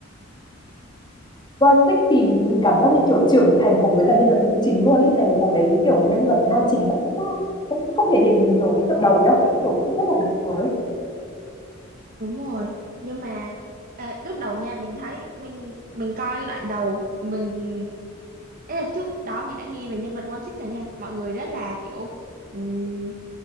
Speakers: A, on the left (about 20°); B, on the right (about 45°).
A: qua tích thì mình cảm giác như kiểu trưởng thành cùng với cả nhân vật nữ chính luôn ấy tại vì hồi đấy kiểu nhân vật nam chính cũng cũng không thể hiện gì nhiều những tập đầu nhá kiểu cũng rất là bình thường ấy
B: Đúng rồi, nhưng mà à, lúc đầu nha mình thấy mình mình coi đoạn đầu mình ấy là trước đó mình đã nghe về nhân vật One Six này nha. Mọi người rất là kiểu ừm,